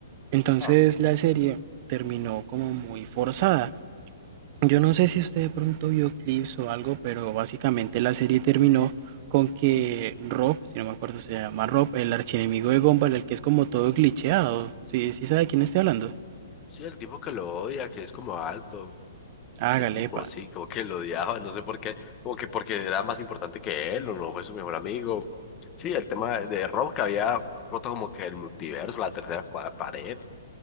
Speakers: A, on the right; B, on the left.
A: Entonces
B: Claro.
A: la serie terminó como muy forzada. Yo no sé si usted de pronto vio clips o algo, pero básicamente la serie terminó con que Rob, si no me acuerdo se llama Rob, el archienemigo de Gumball, el que es como todo glitcheado. Sí, sí sabe de quién estoy hablando.
B: Sí, el tipo que lo odia, que es como alto.
A: Hágale,
B: Ese tipo,
A: pa.
B: sí, como que lo odiaba, no sé por qué, como que porque era más importante que él, o no fue su mejor amigo. Sí, el tema de Rob que había roto como que el multiverso, la tercera cua- pared,